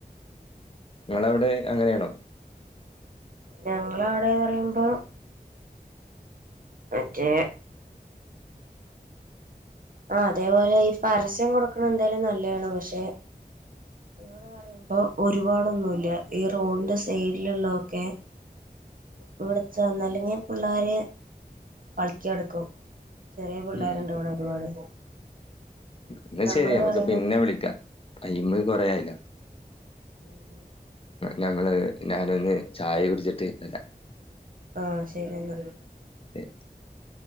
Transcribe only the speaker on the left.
നിങ്ങളവിടെ അങ്ങനെണോ?
ഉം
ഇന്നാ
ശെരി നമക്ക്
പിന്നെ വിളിക്കാ, ടൈം കൊറേ ആയല്ലോ.
ഞമ്മള് ഞാനൊന്ന് ചായ കുടിച്ചിട്ട് ഇപ്പരാ
<inaudible>